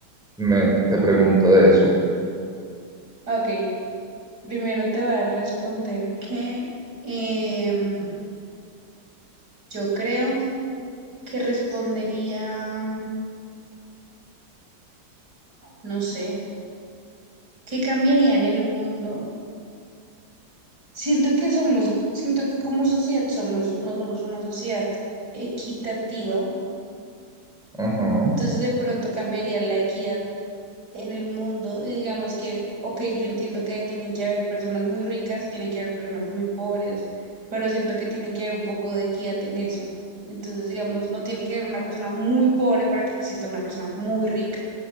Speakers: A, in the centre; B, on the right.
A: me, te pregunto de eso.
B: ok. Primero te voy a responder que em, yo creo que respondería, mm, no sé, ¿qué cambiaría en el mundo? Siento que somos, siento que como sociedad somos, no somos una sociedad equitativa,
A: Ajá.
B: entonces de pronto cambiaría la equidad en el mundo y digamos que, ok, yo entiendo que tienen que haber personas muy ricas y tienen que haber personas muy pobres, pero siento que tiene que haber un poco de equidad en eso. Entonces, digamos, no tiene que haber una persona muy pobre para que exista una persona muy rica.